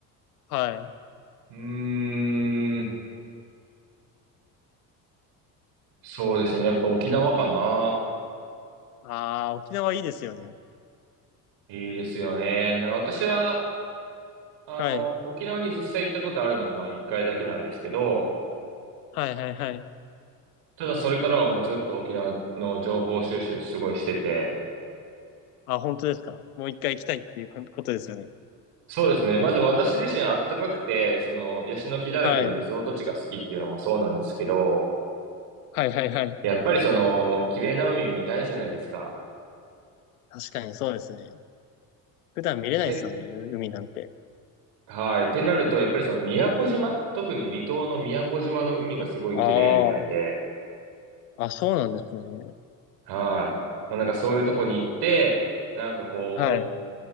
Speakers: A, on the left; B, on the right.
A: はい。
B: うーん、そうですね。やっぱ沖縄かな。
A: ああ、沖縄いいですよね。
B: いいですよね。なんか私は、あの、
A: はい。
B: 沖縄に実際行ったことあるのは、まあ一回だけなんですけど、
A: はいはいはい。
B: ただそれからはもうずっと沖縄の情報収集すごいしてて、
A: あ、本当ですか。もう一回行きたいっていうこことですよね。
B: そうですね。まず私自身あったかくて、その、ヤシの木だらけのリゾート地が好きっていうのもそうなんですけど、
A: はい。はいはいはい。
B: やっぱりその、綺麗な海見たいじゃないですか。
A: 確かにそうですね。普段見れないですよね、
B: て、
A: う海なんて。
B: はい。ってなると、やっぱりその宮古島特に離島の宮古島の海がすごい綺麗みたいで、
A: ああ、あ、そうなんですね。
B: はい。もうなんかそういうとこに行って、なんかこう、
A: はい。